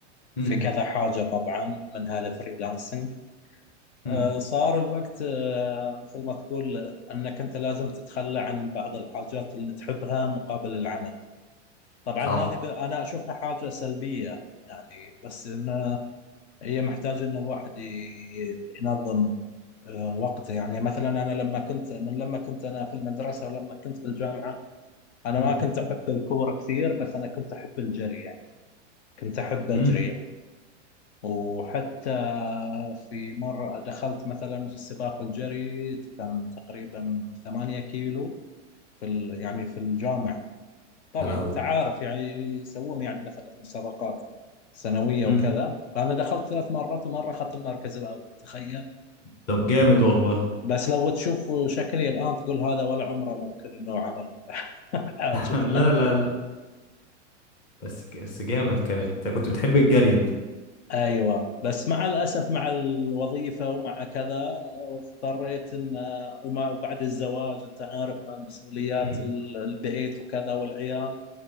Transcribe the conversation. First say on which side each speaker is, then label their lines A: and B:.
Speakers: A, on the left; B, on the left.
A: امم
B: في كذا حاجة طبعا منها الفريلانسنج آه،
A: امم
B: صار الوقت آه، مثل ما تقول آه، أنك أنت لازم تتخلى عن بعض الحاجات اللي تحبها مقابل العمل طبعا
A: صح
B: هذه ب- أنا أشوفها حاجة سلبية يعني بس إن هي محتاجة إن الواحد ي- ينظم آه، وقته يعني مثلا أنا لما كنت من لما كنت أنا في المدرسة ولما كنت في الجامعة أنا
A: امم
B: ما كنت أحب الكورة كثير بس أنا كنت أحب الجري يعني كنت أحب أجري
A: امم
B: يعني وحتى في مرة دخلت مثلا سباق الجري كان تقريبا 8 كيلو في ال... يعني في الجامعة طبعا
A: يا لهوي
B: انت عارف يعني يسوون يعني مثلا مسابقات سنوية
A: امم
B: وكذا فأنا دخلت ثلاث مرات ومرة أخذت المركز الأول تخيل
A: طب جامد والله
B: بس لو تشوف شكلي الآن تقول هذا ولا عمره ممكن إنه عمل <laughs> حاجة
A: <laughs> لا لا لا بس بس جامد كانت كنت بتحب الجري انت
B: ايوه بس مع الاسف مع الوظيفه ومع كذا اضطريت ان وما وبعد الزواج انت عارف مسؤوليات
A: مم.
B: ال- البيت وكذا والعيال